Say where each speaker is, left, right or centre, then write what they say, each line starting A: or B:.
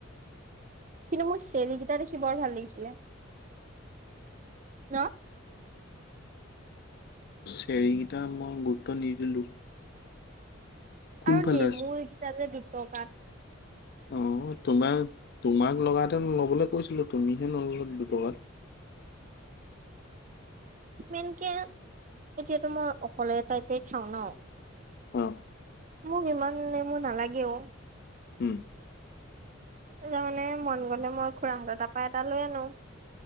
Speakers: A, on the right (about 40°); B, on the left (about 55°).
A: কিন্তু মোৰ চেৰিকিটা দেখি বৰ ভাল লাগিছিলে, ন।
B: চেৰিকিটা মই গুৰুত্ব নিদিলো। কোনফালে
A: আৰু নেমুৰ এইকেইটা যে দুটকাত
B: উম। তোমাৰ তোমাক লগাহেতেন ল'বলৈ কৈছিলো, তুমিহে নল‌লা দুটকাত। <inaudible>
A: মেনকে, এতিয়াতো মই অকলে টাইপে খাওঁ ন
B: অ
A: মোক ইমানে নেমু নালাগেয়ো।
B: উম
A: তাৰমানে মন গলে মই খুৰাহঁতৰ তাৰপা এটা লৈ আনো।